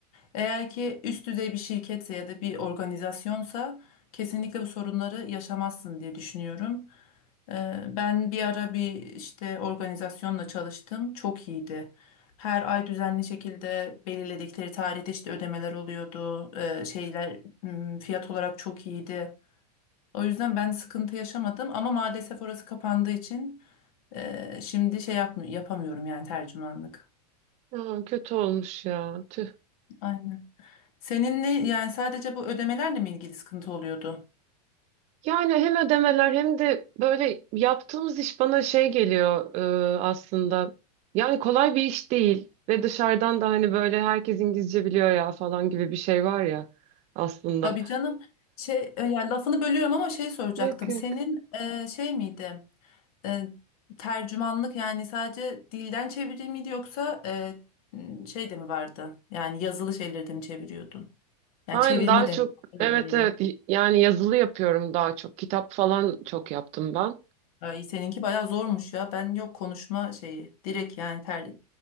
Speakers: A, on the left (about 60°); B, on the right (about 30°).
A: Eğer ki üst düzey bir şirketse ya da bir organizasyonsa kesinlikle bu sorunları yaşamazsın diye düşünüyorum. Eee, ben bir ara bir işte organizasyonla çalıştım. Çok iyiydi. Her ay düzenli şekilde belirledikleri tarihte işte ödemeler oluyordu. Eee, şeyler m, fiyat olarak çok iyiydi. O yüzden ben sıkıntı yaşamadım ama maalesef orası kapandığı için e, şimdi şey yapmı yapamıyorum yani tercümanlık.
B: Aa, kötü olmuş ya. Tüh.
A: Aynen. Seninle yani sadece bu ödemelerle mi ilgili sıkıntı oluyordu?
B: Yani hem ödemeler hem de böyle yaptığımız iş bana şey geliyor e, aslında. Yani kolay bir iş değil ve dışarıdan da hani böyle herkes İngilizce biliyor ya falan gibi bir şey var ya aslında.
A: Tabii canım. Şey e, yani lafını bölüyorum ama şey soracaktım.
B: Yok yok.
A: Senin e, şey miydi? E, tercümanlık yani sadece dilden çeviri miydi yoksa e, m, şey de mi vardı? Yani yazılı şeyleri de mi çeviriyordun? Yani
B: Ben
A: çevirme
B: daha
A: de
B: çok
A: mi? Öyle
B: evet
A: ayırayım.
B: evet yani yazılı yapıyorum daha çok. Kitap falan çok yaptım ben.
A: Ay, seninki bayağı zormuş ya. Ben yok konuşma şeyi. Direkt yani ter-